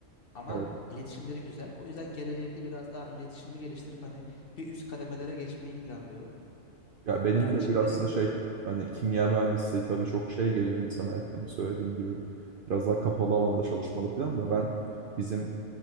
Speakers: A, on the left; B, on the right.
A: Ama
B: evet.
A: iletişimleri güzel. O yüzden gelecekte biraz daha iletişimi geliştirip hani bir üst kademelere geçmeyi planlıyorum.
B: Ya benim
A: Yani
B: de
A: şimdilik
B: biraz da şey hani kimya mühendisliği tabii çok şey geliyor insana hep hani söylediğin gibi biraz daha kapalı alanda çalışmalı falan da ben bizim